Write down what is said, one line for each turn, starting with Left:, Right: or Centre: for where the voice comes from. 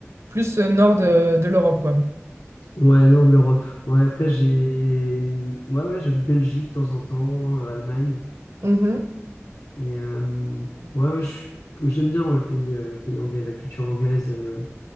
Right: plus, euh, nord de, de l'Europe, quoi.
Left: Ouais, nord de l'Europe. Ouais, après, j'ai ouais, ouais, j'ai Belgique de temps en temps, euh, Allemagne.
Right: Mhm.
Left: Mais euh, ouais, ouais, je- j'aime bien moi, le pays, euh, pays anglais, la culture anglaise, euh,